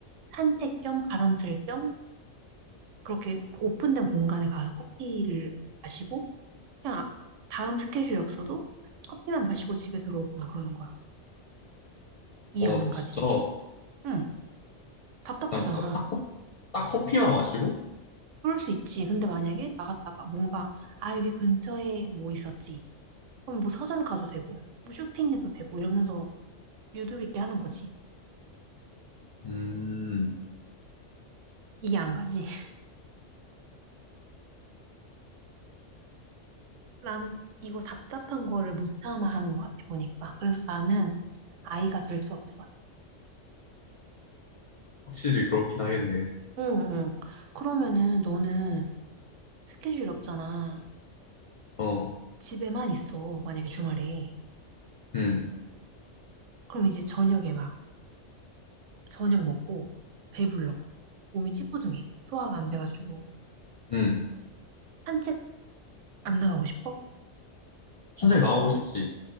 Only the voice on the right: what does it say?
산책 겸 바람 쐴겸 그렇게 오픈된 공간에 가서 커피를 마시고 그냥 아- 다음 스케줄이 없어도 커피만 마시고 집에 들어오거나 그러는 거야. 이해
안 가지?
응, 답답하잖아.
그럴 수 있지. 근데 만약에 나갔다가 뭔가, 아, 여기 근처에 뭐 있었지. 그럼 뭐 서점 가도 되고, 뭐 쇼핑해도 되고 이러면서 유도리 있게 하는 거지.
이게 안 가지. <laughs> 나는 이걸 답답한 거를 못 참아 하는 것 같아, 보니까. 그래서 나는 아이가 될 수 없어.
응, 응. 그러면은 너는 스케줄이 없잖아.
집에만 있어, 만약에 주말에.
그럼 이제 저녁에 막, 저녁 먹고, 배불러. 몸이 찌뿌둥해. 소화가 안 돼가지고.
산책 안 나가고 싶어?